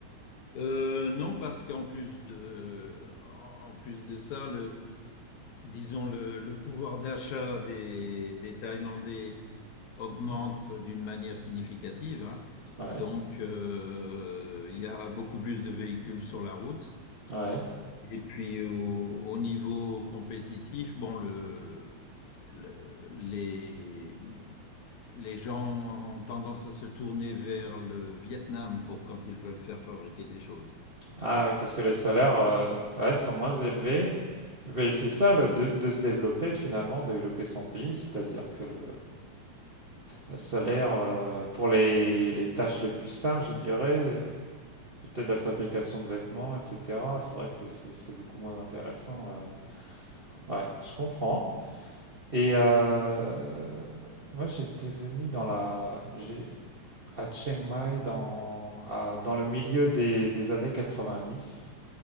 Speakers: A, on the left; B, on the right.
A: Euh, non, parce qu'en plus de, en plus de ça, disons, le, le pouvoir d'achat des, des Thaïlandais augmente
B: Mhm.
A: d'une manière significative, hein.
B: Ouais,
A: Donc, euh, il y a beaucoup plus de véhicules sur la route.
B: ouais.
A: Et puis, au, au niveau compétitif, bon, le, le- les, les gens ont tendance à se tourner vers le Vietnam pour quand ils veulent faire fabriquer des choses.
B: Ah oui, parce que les salaires euh, ouais, sont moins élevés. Mais c'est ça le, de, de se développer finalement, développer son pays, c'est-à-dire que le, le salaire euh, pour les, les tâches les plus simples, je dirais, euh, Peut-être la fabrication de vêtements, etc. C'est vrai que c'est- c'est c'est beaucoup moins intéressant. euh. Ouais, je comprends. Et euh, moi, j'étais venu dans la, j'ai- à Chiang Mai dans, à- dans le milieu des, des années 90.